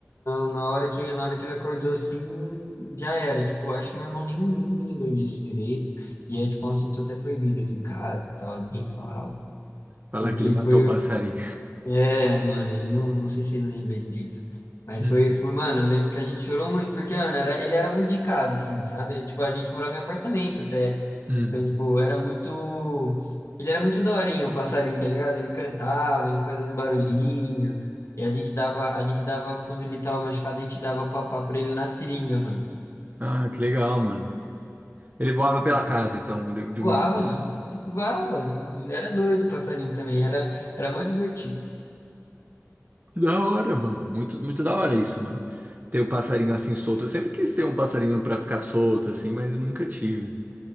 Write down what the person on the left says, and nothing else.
Na hora que, na hora que ele acordou assim, já era. Tipo, acho que meu irmão nem, nem lembra disso direito. E é, tipo, um assunto até proibido aqui em casa e tal, ninguém fala.
Porque
foi.
É, mano, ele não, não sei se ele lembra direito. Mas
foi, foi, mano, eu lembro que a gente chorou muito, porque, mano, era, ele era muito de casa, assim, sabe? Era, Tipo, a gente morava em apartamento até.
Então, tipo, era muito. Ele era muito daorinha, o passarinho, tá ligado? Ele cantava, ele fazia os barulhinhos. E a gente dava, a gente dava, quando ele tava machucado, a gente dava papá pra ele na seringa, mano.
É.
Voava, mano. Voava. Era doido o passarinho também, era, era mó divertido.